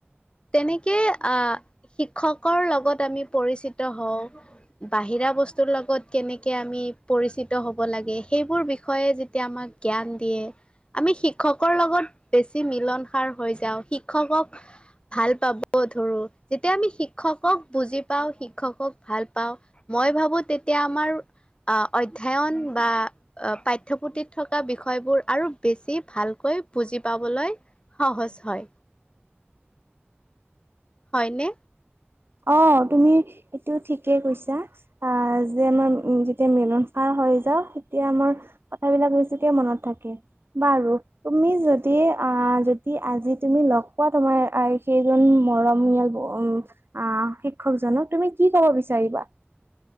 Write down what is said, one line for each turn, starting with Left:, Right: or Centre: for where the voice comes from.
Left: তেনেকে আহ শিক্ষকৰ লগত আমি পৰিচিত হওঁ, বাহিৰ বিৰা বস্তুৰ লগত কেনেকে আমি পৰিচিত হ'ব লাগে সেইবোৰ বিষয়ে যেতিয়া আমাক জ্ঞান দিয়ে আমি শিক্ষকৰ লগত বেছি মিলন সাৰ হৈ যাওঁ শিক্ষকক ভাল পাব ধৰো যেতিয়া আমি শিক্ষকক বুজি পাওঁ, শিক্ষকক ভাল পাওঁ, মই ভাবো তেতিয়া আমাৰ আ অধ্যয়ন বা অ পাঠ্যপুথিত থকা বিষয়বোৰ আৰু বেছি ভালকৈ কৈ বুজি পাবলৈ চ হয়। হয়নে
Right: অ', তুমি এইটো ঠিকেই কৈছা অ', যে আমাৰ উম, যেতিয়া মিলন খাৰ হৈ যাওঁ তেতিয়া আমাৰ কথাবিলাক বেছিকে মনত থাকে, বাৰু তুমি যদি অ', যদি আজি তুমি লগ পোৱা তোমাৰ অ', সেইজনী মৰমিয়াল, উম অ', শিক্ষকজনক, তুমি কি ক'ব বিচাৰিবা?